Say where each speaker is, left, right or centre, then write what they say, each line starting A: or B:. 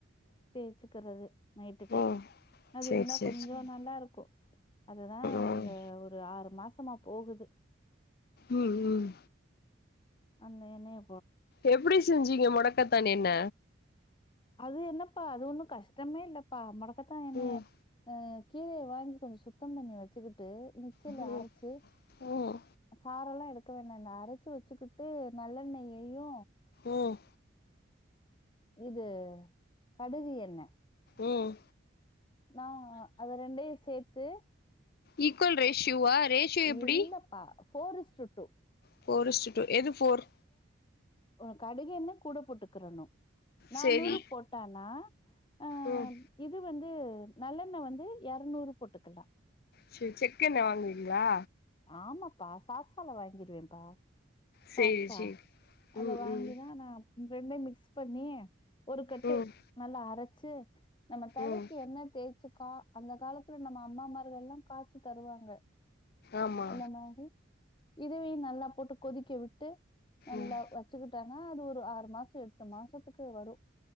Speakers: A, on the left (about 25°); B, on the left (about 50°).
A: தேய்சுக்குறது நைட்டுக்கு
B: ம்
A: அது
B: சேரி
A: இருந்தா
B: சேரி
A: கொஞ்சம்
B: சேரி ம்
A: நல்லா இருக்கும் அதுதான்
B: ம்
A: இந்த ஒரு ஆரு மாசமா போகுது
B: உம் உம்
A: அந்த என்னைய
B: எப்டி செஞ்சீங்க முடக்கத்தான் என்ன
A: அது என்னப்பா அது ஒண்ணு கஷ்டமே இல்லப்பா மக பதா என்னய
B: ம்
A: அ கீரைய வாங்கி கொஞ்ச சுத்தம் பண்ணி வச்சுரு ட்டு மிக்சில
B: ம்
A: அரச்சு
B: ம்
A: சாரல்லா எடுக்க வேண்டான்ன அரச்சு வச்சுக்கிட்டு நல்லெண்ணெய்யையு
B: உம்
A: இது கடுகு எண்ண
B: உம்
A: நா அத ரெண்டயு சேத் து
B: ஈக்குவல் ரேஷ்யூவா ரேஷ்யு எப்புடி
A: இல்லப்பா four is to two
B: four is to two எது ஃபோர்
A: ஒ கடுகு எண்ண கூட போட்டுக்குறணு நானூறு
B: சேரி
A: போட்டனா ஆ
B: ம்
A: இது வந் து நல்லெண்ண வந்து எறநூறு போட்டுக்கல்லா
B: சே செக்கெண்ண வாங்குவீங்ளா
A: ஆமாப்பா சாசால வாங்கிருவேம் பா
B: சேரி
A: ஸாஸா
B: சேரி
A: அத
B: ம்
A: வாங்கிதா
B: ம்
A: நா ரெண்டை மிக்ஸ் பண்ணி ஒரு கட்டு
B: ம்
A: நல்லா அரச் சு நம்ம தலைக்கு
B: ம்
A: எண்ண தேச்சு கா அந்த காலத்துல நம்ம அம்மாமார்கள்லா காச்சு தருவாங்க
B: ஆமா
A: அந்த மாரி இதுவையு நல்லா போட்டு கொதிக்க விட்டு நல்லா
B: ம்
A: வச்சுக்கிட்டானா அது ஒரு ஆறு மாசொ எட்டு மாசத்துக்கு வரு